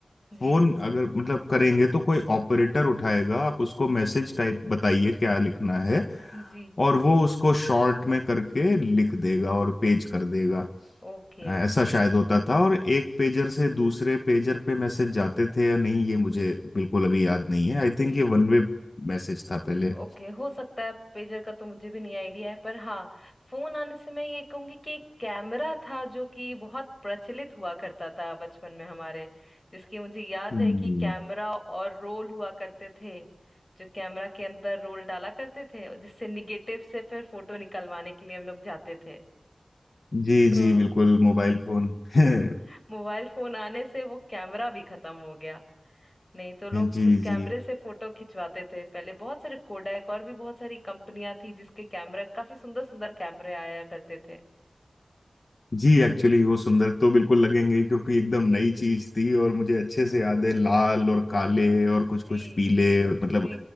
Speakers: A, on the left (about 30°); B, on the left (about 60°).
A: जी
B: फोन अगर मतलब करेंगे तो कोई ऑपरेटर उठाएगा आप उसको मैसेज टाइप बताइए क्या लिखना है
A: जी
B: और वो उसको शॉर्ट में करके लिख देगा और पेज कर देगा
A: Okay okay
B: ऐसा शायद होता था और एक पेजर से दूसरे पेजर पे मैसेज जाते थे या नहीं ये मुझे बिल्कुल अभी याद नहीं है आई थिंक
A: जी
B: ये वन वे मैसेज था पहले
A: ओके हो सकता है पेजर का तो मुझे भी नहीं आइडिया है पर हाँ फोन आने से मैं ये कहूंगी कि एक कैमरा था जो कि बहुत प्रचलित हुआ करता था बचपन में हमारे जिसकी मुझे याद
B: हम्म
A: है कि कैमरा और रोल हुआ करते थे जो कैमरा के अंदर रोल डाला करते थे और जिससे निगेटिव से फिर फोटो निकलवाने के लिए हम लोग जाते थे
B: जी
A: तो
B: जी बिल्कुल मोबाइल फोन <laughs>
A: <laughs> मोबाइल फोन आने से वो कैमरा भी खत्म हो गया नहीं तो लोग
B: जी
A: उस कैमरे
B: जी
A: से फोटो खिंचवाते थे पहले बहुत सारे कोडैक और भी बहुत सारी कंपनियां थी जिसके कैमरा काफी सुंदर सुंदर कैमरे आया करते थे
B: जी एक्चुअली वो सुंदर तो बिल्कुल लगेंगे ही, क्योंकि एकदम
A: जी
B: नई चीज थी और मुझे अच्छे से याद है लाल और काले और कुछ
A: जी
B: कुछ पीले मतलब
A: जी